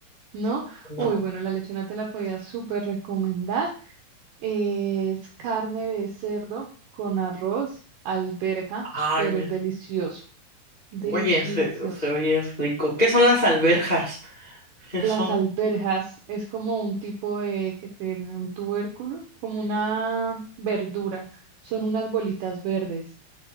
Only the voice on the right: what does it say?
¿no?
Uy, bueno, la lechona te la podía súper recomendar. Eh, es carne de cerdo con arroz, alberja,
pero
es delicioso. Delicioso.
Las
alberjas es como un tipo de que tiene un tubérculo, como una verdura. Son unas bolitas verdes